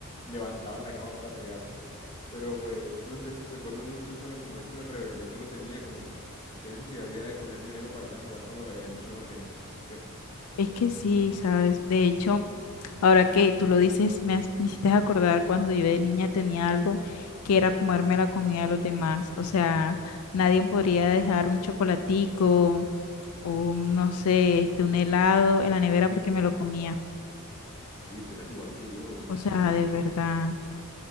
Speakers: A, on the left; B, on the left.
A: levantaban la cama para pegarnos. Pero pues, no sé, recuerdo mucho esos momentos de rebeldía que uno tenía, como que qué necesidad había de coger dinero para ir a jugar cuando le habían dicho a uno que no, ¿cierto?
B: Es que sí, ¿sabes? De hecho, ahora que tú lo dices, me, has- me hiciste acordar cuando yo de niña tenía algo que era comerme la comida de los demás. O sea, nadie podría dejar un chocolatico o un, no sé, este, un helado en la nevera porque me lo comía.
A: Oye, tú eras igual que yo.
B: O sea,
A: Que...
B: de verdad.